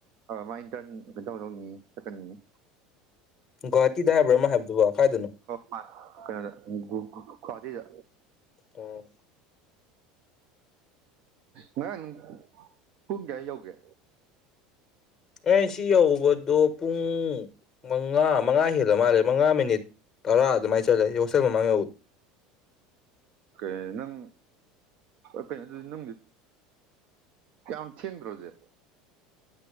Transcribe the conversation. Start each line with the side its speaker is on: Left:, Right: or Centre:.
Right: ꯑ ꯃꯥꯏꯟꯇꯔꯟ ꯀ ꯇꯧꯗꯧꯅꯤ ꯆꯠꯀꯟꯅꯤꯡꯉꯤ
Left: ꯒꯨꯍꯥꯇꯤꯗ ꯍꯥꯏꯕ꯭ꯔꯥ ꯑꯃ ꯍꯥꯏꯕꯗꯨꯕꯣ ꯀꯥꯏꯗꯅꯣ
Right: ꯃꯥ ꯀꯩꯅꯣꯗ ꯈꯋꯥꯗ
Left: ꯎꯝ
Right: ꯉꯔꯥꯡ ꯄꯨꯡ ꯀꯌꯥꯏ ꯌꯧꯒꯦ
Left: ꯑꯦ ꯁꯤ ꯌꯧꯕꯗꯣ ꯄꯨꯡ ꯃꯉꯥ ꯃꯉꯥ ꯍꯦꯜꯂ ꯃꯥꯜꯂꯦ ꯃꯉꯥ ꯃꯤꯅꯤꯠ ꯇꯔꯥ ꯑꯗꯨꯃꯥꯏ ꯆꯠꯂꯦ ꯑꯩ ꯋꯥꯣꯁꯦꯜ ꯃꯃꯥꯡ ꯌꯧ
Right: ꯀꯩ ꯅꯪ ꯑꯗꯨꯗꯤ ꯅꯪꯗꯤ ꯀꯦꯃꯣ ꯊꯦꯡꯦꯟ꯭ꯔꯣꯖꯦ